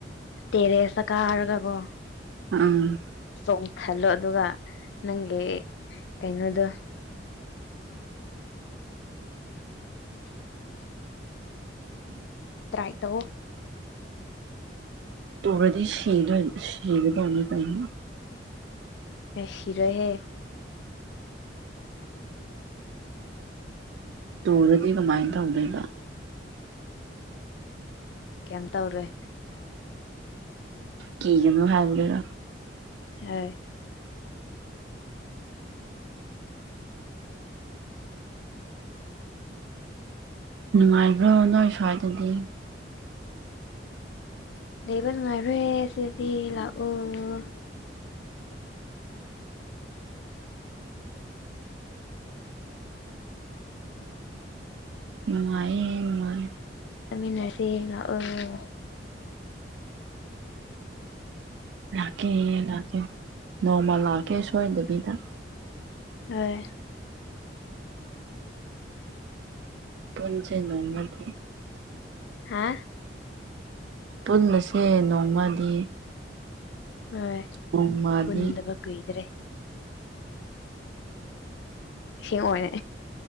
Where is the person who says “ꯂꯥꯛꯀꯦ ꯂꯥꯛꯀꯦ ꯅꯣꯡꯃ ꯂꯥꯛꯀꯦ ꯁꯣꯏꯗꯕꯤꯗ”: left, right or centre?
Right